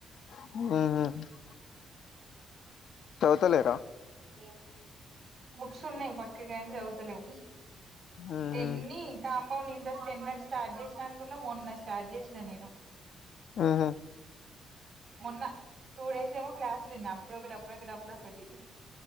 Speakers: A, on the left; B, on the right.
A: ఊహ్ చవుతలేరా
B: ఓ బుక్స్ ఉన్నాయి పక్క కానీ చవుతలేము
A: ఉహు.
B: ఎన్ని కాంపౌండ్ ఇంట్రస్ట్ ఎన్నడు స్టార్ట్ చేసినానుకున్నా మొన్న స్టార్ట్ చేసినా నేను
A: ఆహా
B: మొన్న టూ డేస్ ఏమో క్లాసులు ఉన్నాయి అప్పుడొకటి అప్పుడొకటి అప్పుడొకటి